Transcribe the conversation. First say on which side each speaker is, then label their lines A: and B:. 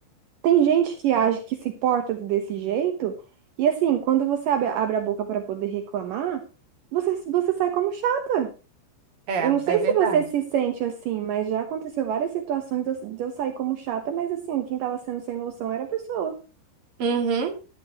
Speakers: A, on the right (about 75°); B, on the right (about 45°).
A: tem gente que age, que se porta desse jeito, e assim, quando você abre, abre a boca para poder reclamar, você, você sai como chata.
B: É,
A: Eu não sei
B: é verdade.
A: se você se sente assim, mas já aconteceu várias situações de eu, de eu sair como chata, mas assim, quem tava sendo sem noção era a pessoa.
B: Uhum.